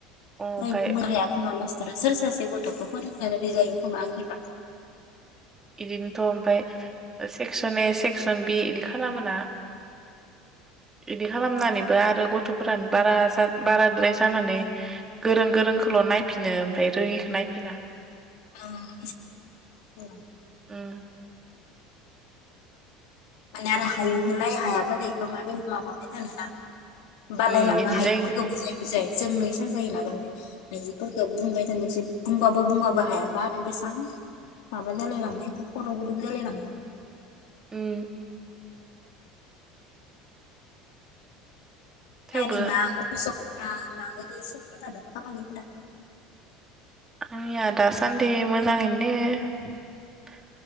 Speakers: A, on the right (about 15°); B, on the left (about 75°).
A: ओमफ्राय
B: ओइ <unintelligible> नामा सोर सासे गथ'खौ फोरोंनो बायदि जायो खोमा आंनिबा।
A: बिदिनोथ' ओमफफ्राय सेक्सन ए सेक्सन बि इदि खालामोना बिदि खालामनानैबो आरो गथ'फोरानो बारा बाराद्राय जानानै गोरों गोरों ल' नायफिनो ओमफ्राय रोङिखौ नायफिना।
B: ओं <unintelligible>
A: ओम।
B: माने आरो हायिखो
A: उम
B: नायो हायाफोरनि <unintelligible> मानो माबाबाय थानोना <inaudible> बालायलांङो
A: उम इदि
B: हायिफोरखौ
A: जायो खोमा
B: बुजाय बुजाय। जोंनो इसा जायोना दाना हायिफोरखौ बुंबाय थानो जि बुंबाबो बुंबाबो हायाबा आरो बेसेबां माबा जालाय लाङो खर' गुदुंबो जालाय लाङो।
A: ओम। थेवबो
B: ओमफाय नोंना अफिसआव मा - मा गोदै सोलिबाय थादो खामानिफोरा <inaudible>
A: आंनिया दासान्दि मोजाङैनो दोङो